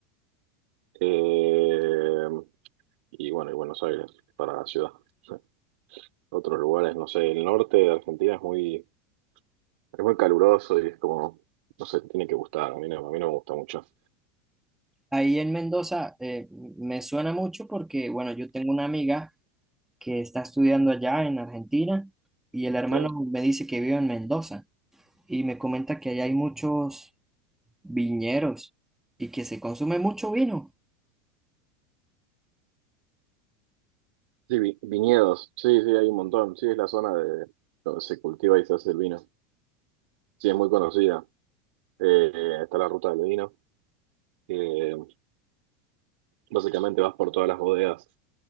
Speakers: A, on the right; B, in the centre.
A: Eh, y bueno, y Buenos Aires, para la ciudad. Sí. Otros lugares, no sé, el norte de Argentina es muy, es muy caluroso y es como, no sé, tiene que gustar. A mí no, a mí no me gusta mucho.
B: Ahí en Mendoza eh, me suena mucho porque, bueno, yo tengo una amiga que está estudiando allá en Argentina y el hermano
A: Sí,
B: me dice que vive en Mendoza y me comenta que allá hay muchos viñeros y que se consume mucho vino.
A: Sí, vi- viñedos, sí, sí, hay un montón. Sí, es la zona de donde se cultiva y se hace el vino. Sí, es muy conocida. Eh, está la ruta del vino. Eh, Básicamente vas por todas las bodegas